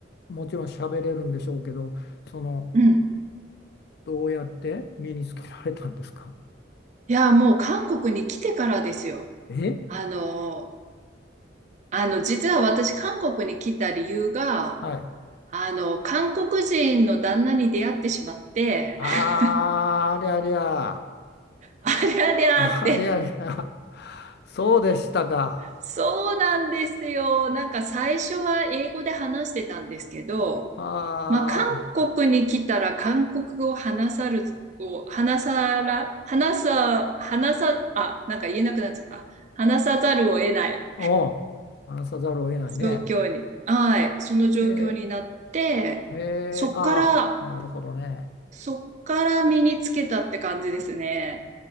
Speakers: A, on the left; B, on the right.
A: もちろん喋れるんでしょうけどその
B: うん。
A: どうやって身につけられたんですか
B: いや、もう韓国に来てからですよ。
A: え
B: あの、あの、実は私、韓国に来た理由が、
A: はい。
B: あの、韓国人の旦那に出会ってしまって、
A: あーありゃりゃ。
B: <laughs> ありゃりゃって。
A: あれあれ、あそうでしたか。
B: そうなんですよ。なんか最初は英語で話してたんですけど、
A: ああ、
B: まあ、韓国に来たら韓国語を話さる、を話さら、話さ、話さ、あ、なんか言えなくなっちゃった。話さざるを得ない
A: おう、話さざるを得ないね。
B: 状況に、はい、その状況になって、
A: へえ、へ
B: そっから、
A: え、ああ、なるほどね。
B: そっから身につけたって感じですね。